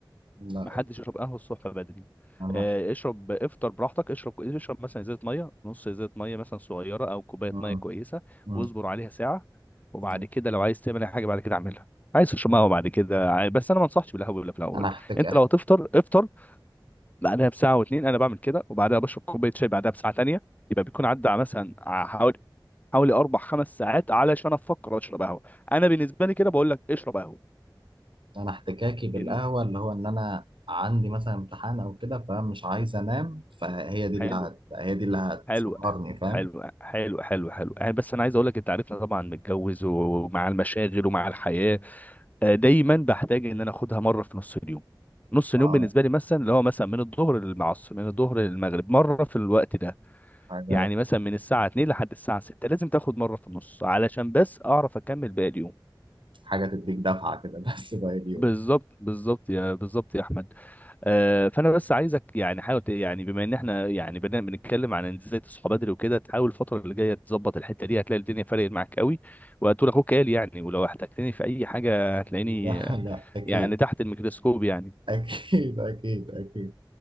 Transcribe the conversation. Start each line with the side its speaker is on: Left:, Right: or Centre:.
Right: لا
Left: ما حدش يشرب قهوه الصبح بدري
Right: انا
Left: آه، اشرب افطر براحتك اشرب اشرب مثلا ازازه ميه نص ازازه ميه مثلا صغيره او كوبايه
Right: مم.
Left: ميه كويسه
Right: مم.
Left: واصبر عليها ساعه وبعد
Right: أيوة.
Left: كده لو عايز تعمل اي حاجه بعد كده اعملها عايز تشرب قهوه بعد كده عاي- بس انا ما انصحش بالقهوه ولا في الاول
Right: انا هحتاج
Left: انت
Right: احكي
Left: لو هتفطر افطر بعدها بساعه واتنين انا بعمل كده وبعدها بشرب كوبايه شاي بعدها بساعه تانيه يبقى بيكون عدى مثلا ع- حوالي حوالي اربع خمس ساعات علشان افكر اشرب قهوه انا بالنسبه لي كده بقول لك اشرب قهوه
Right: انا احتكاكي بالقهوه
Left: إن-
Right: اللي هو ان انا عندي مثلا امتحان او كده فمش عايز انام فهي دي اللي
Left: حلو
Right: هت... هي دي اللي هتسهرني
Left: حلو
Right: فاهم
Left: حلو حلو حلو حلو يعني بس انا عايز اقول لك انت عارفنا طبعا متجوز ومع المشاغل ومع الحياه آه، دايما بحتاج ان انا اخدها مره في نص اليوم نص اليوم
Right: اه
Left: بالنسبه لي مثلا اللي هو مثلا من الظهر للعصر من الظهر للمغرب مره في الوقت ده
Right: حاجه
Left: يعني مثلا من الساعه 2 لحد الساعه 6 لازم تاخد مره في النص علشان بس اعرف اكمل باقي اليوم
Right: حاجه تديك دفعه كده بس باقي اليوم
Left: بالظبط بالظبط يا بالظبط يا احمد آه، فانا بس عايزك يعني حاول ت- يعني بما ان احنا يعني بدنا بنتكلم عن ازاي تصحى بدري وكده تحاول الفتره اللي جايه تظبط الحته دي هتلاقي الدنيا فرقت معاك قوي وهتقول اخوك قال يعني ولو احتجتني في اي حاجه هتلاقيني
Right: لا
Left: آه،
Right: لا اكيد
Left: يعني تحت الميكروسكوب يعني
Right: اكيد اكيد اكيد